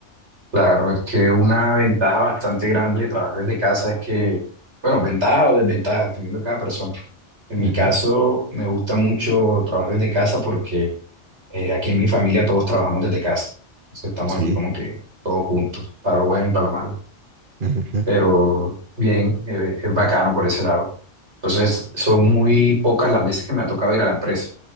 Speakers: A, on the right; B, on the right.
A: claro, es que una ventaja bastante grande de trabajar desde casa es que, bueno, ventaja o desventaja, dependiendo de cada persona. En mi
B: Ujú,
A: caso, me gusta mucho trabajar desde casa porque eh, aquí en mi familia todos trabajamos desde casa. Entonces estamos
B: Sí.
A: aquí como que todos juntos, para lo bueno y para lo malo.
B: ujú.
A: pero bien, eh, es bacano por ese lado. Entonces, son muy pocas las veces que me ha tocado ir a la empresa.